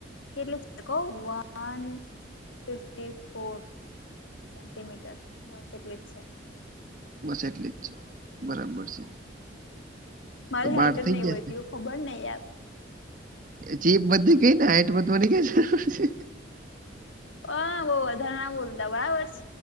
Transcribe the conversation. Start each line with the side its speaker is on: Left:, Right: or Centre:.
Left: કેટલી વન ફિફ ફોર. સેન્ટીમીટર બસ એટલી જ છે.
Right: બસ એટલી જ છે બરાબર છે.
Left: મારી
Right: તો બહાર
Left: હાઈટ જ
Right: થઈ
Left: નહી
Right: જશે
Left: વધી ખબર નહી યાર
Right: એ ચીપ બધી કઈ ને હાઈટ બધું મને કે
Left: અ બો ધરણા બોલતા બરાબર છે.